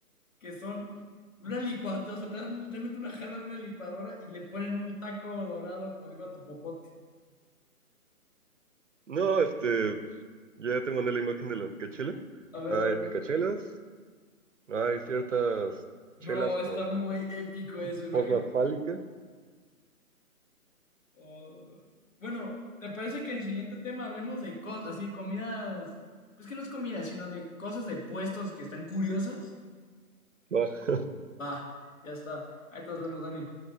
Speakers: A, on the left; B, on the right.
A: que son una licuadora, o sea, te dan literalmente una jarra de una licuadora y le ponen un taco dorado como digo a tu popote.
B: No, este, ya te mandé la imagen de la picachela.
A: A ver,
B: Hay
A: a ver.
B: picachelas, Hay ciertas
A: Bro,
B: chelas con
A: está muy épico eso, imagínate.
B: forma fálica
A: Oh. Bueno, ¿te parece que el siguiente tema hablemos de cosas, así, comidas? Pues que no es comida, sino de cosas de puestos que están curiosas.
B: que
A: Va, ya está. Ahí te nos vemos, Dani.